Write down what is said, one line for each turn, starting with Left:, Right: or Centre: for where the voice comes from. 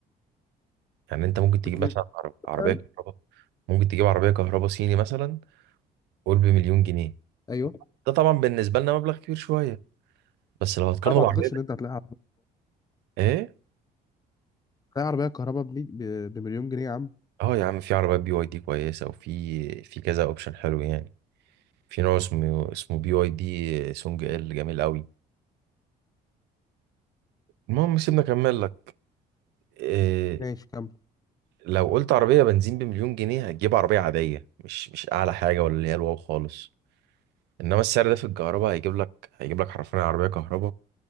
Right: يعني أنت ممكن تجيب
Left: باتنين
Right: مثلا عرب- عربية
Left: مثلاً؟
Right: كهرباء ممكن تجيب عربية كهرباء صيني مثلا قول بمليون جنيه
Left: ايوه
Right: ده طبعا بالنسبه لنا مبلغ كبير شويه بس لو هتقارنه
Left: لا ما
Right: بعربيه
Left: اعتقدش ان انت هتلاقيها
Right: ايه
Left: تلاقي عربية كهرباء بمي- ب- بمليون جنيه يا عم
Right: اه يا عم في عربيات بي واي دي كويسه وفي في كذا اوبشن حلو يعني في نوع اسمه اسمه بي واي دي سونج ال جميل قوي المهم سيبنا اكمل لك إيه
Left: ماشي كمل
Right: لو قلت عربيه بنزين بمليون جنيه هتجيب عربيه عاديه مش مش اعلى حاجه ولا اللي هي الواو خالص انما السعر ده في الكهرباء هيجيب لك هيجيب لك حرفيا عربيه كهرباء